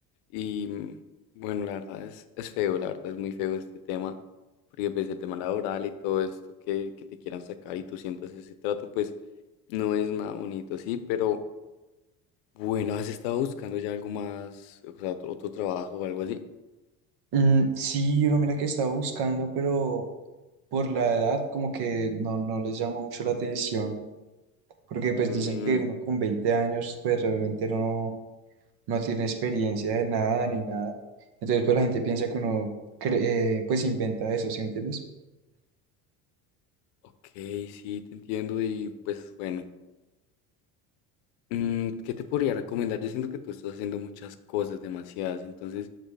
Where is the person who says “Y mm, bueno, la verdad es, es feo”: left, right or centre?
Left